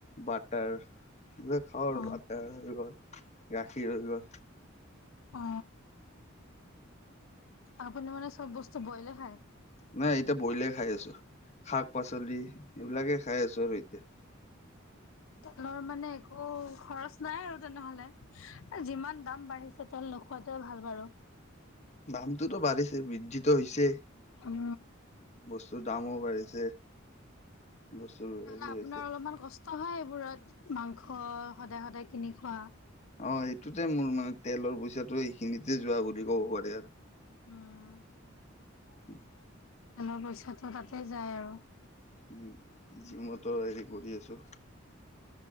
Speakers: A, on the left; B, on the left.
A: বাটাৰ। সেইবিলাক খাওঁ আৰু
B: অ
A: বাটাৰ লৈ গাখীৰ লৈ।
B: অ আপুনি মানে চব বস্তু বইলে খায়।
A: নাই এতিয়া বইলে খাই আছো শাক পাচলি এইবিলাকে খাই আছো আৰু এতিয়া।
B: তেলৰ মানে একো খৰচ নাই আৰু তেনেহলে যিমান দাম বাঢ়িছে তেল। নোখোৱাটোৱে ভাল বাৰু।
A: দামটোতো বাঢ়িছে বৃদ্ধি। যিটো হৈছে
B: উম
A: বস্তুৰ দামো বাঢ়িছে। বস্তুৰ
B: তেনেহ'লে
A: হেৰি
B: আপোনাৰ
A: হৈছে।
B: অলপমান কষ্ট হয় এইবোৰত। মাংস সদায় সদায় কিনি খোৱা।
A: অ সেইটোতে মোৰ মানে তেলৰ পইচাটো এইখিনিতে যোৱা বুলি ক'ব পাৰি আৰু।
B: উম।
A: উম <unintelligible>
B: তেলৰ পইচাটো তাতে যায় আৰু।
A: উম জিমতো‌ হেৰি কৰি আছো।